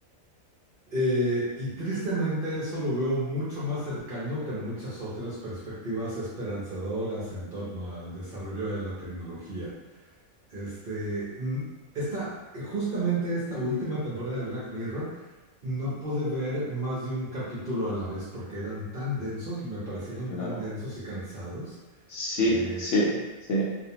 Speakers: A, on the right; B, on the left.
A: Eh, y tristemente eso lo veo mucho más cercano que muchas otras perspectivas esperanzadoras en torno al desarrollo de la tecnología. Este, mm, esta, justamente esta última temporada de Black Mirror, no pude ver más de un capítulo a la vez porque eran tan densos, me parecieron
B: Claro.
A: tan densos y cansados
B: Sí,
A: eh,
B: sí, sí.